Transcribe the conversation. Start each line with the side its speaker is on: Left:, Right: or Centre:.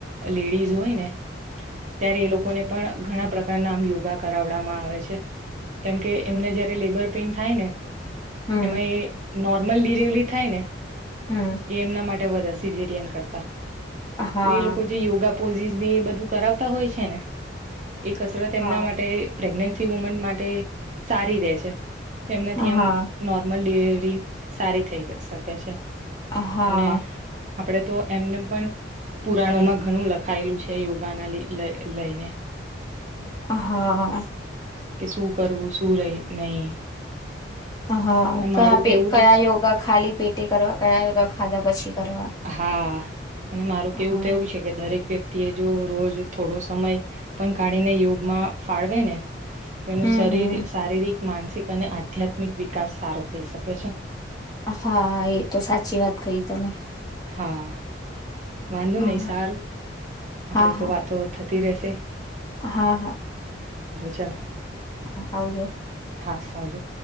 Right: લેડીઝ હોય ને ત્યારે એ લોકોને પણ ઘણા પ્રકારના આમ યોગા કરાવડામાં આવે છે. તેમ કે
Left: હમ
Right: એમને જયારે લેબર પેન થાય ને
Left: હમ
Right: એમાં એ નોર્મલ ડિલવરી થાય ને
Left: હમ
Right: એ એમના માટ વધ સીજેરયન કરતા.
Left: હા
Right: તો એ લોકો જે યોગા પોઝિસ ની બધું કરાવતા હોય છે ને. એ કસરત એમના
Left: હા
Right: માટે પ્રેગ્નેન્સી વુમન માટે સારી રે છે. એનાથી
Left: હા
Right: આમ નોર્મલ સારી થઈ શકે છે.
Left: હ હા
Right: અને આપણે તો એમને પણ પુરાણોમાં ઘણું લખાયેલું છે યોગાના લઈને
Left: હા
Right: કે શું કરવું શું નહી.
Left: હા કયા
Right: મારું
Left: પે
Right: કેવું
Left: કયા
Right: તો
Left: યોગા ખાલી પેટે કરવા કયા યોગા ખાધા પછી. કરવા
Right: હા અને મારું કેવું
Left: હા
Right: તો એવું છે કે દરેક વ્યક્તિ તે જો રોજ થોડો સમય પણ કાઢીને યુગમાં ફાળવે ને. તેનું
Left: હમ
Right: શરીર
Left: હમ
Right: શારીરિક માનસ તીક અને આધ્યાત્મિક વિકાસ સારો થઈ શકે છે.
Left: હા, એ તો સાચી વાત કઈ તમે.
Right: હા વાંધો
Left: હા
Right: નહી સારું આપડે
Left: હા
Right: તો
Left: હા
Right: વાતો થતી રે છે.
Left: હા હા.
Right: ચાલો
Left: હા આવજો.
Right: હા આવજો.